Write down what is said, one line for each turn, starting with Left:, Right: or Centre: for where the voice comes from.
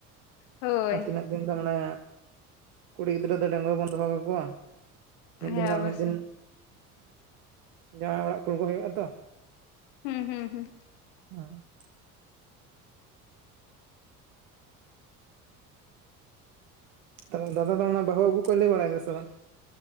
Left: ᱦᱳᱭ
Right: ᱟᱨ ᱛᱤᱱᱟᱹᱜ ᱫᱤᱱ ᱫᱚ ᱢᱟᱱᱮ ᱠᱩᱲᱤ ᱜᱤᱫᱽᱨᱟᱹ ᱫᱚ ᱰᱮᱝᱜᱩᱣᱟᱹ ᱵᱚᱱ ᱫᱚᱦᱚ ᱠᱟᱠᱚᱣᱟ ᱢᱤᱫ
Left: ᱦᱮᱸ
Right: ᱫᱤᱱ ᱵᱟᱝ
Left: ᱚᱵᱚᱥᱥᱳᱭ
Right: ᱢᱤᱫ ᱫᱤᱱ ᱡᱟᱶᱟᱭ ᱚᱲᱟᱜ ᱠᱩᱞ ᱠᱚ ᱦᱩᱭᱩᱜᱼᱟ ᱛᱚ
Left: ᱦᱩᱸ ᱦᱩᱸ ᱦᱩᱸ
Right: ᱦᱮᱸ ᱛᱚᱵᱮ ᱫᱟᱫᱟ ᱫᱚ ᱚᱱᱟ ᱵᱟᱦᱩ ᱟᱜᱩ ᱠᱚᱭ ᱞᱟᱹᱭ ᱵᱟᱲᱟᱭ ᱫᱟ ᱥᱮ ᱵᱟᱝ